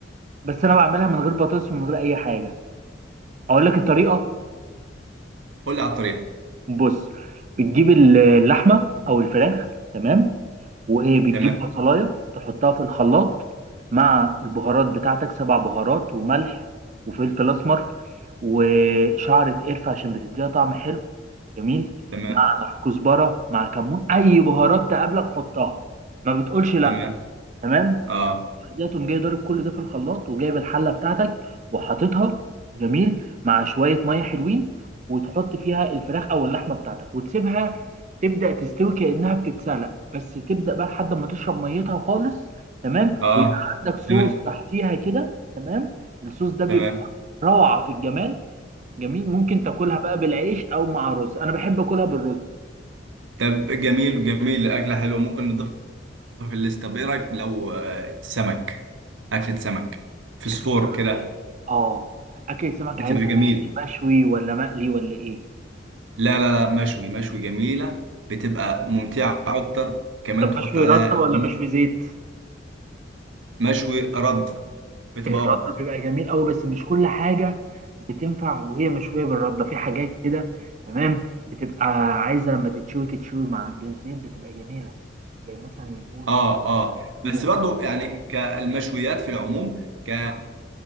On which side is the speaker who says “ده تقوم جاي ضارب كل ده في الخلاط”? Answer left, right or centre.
Right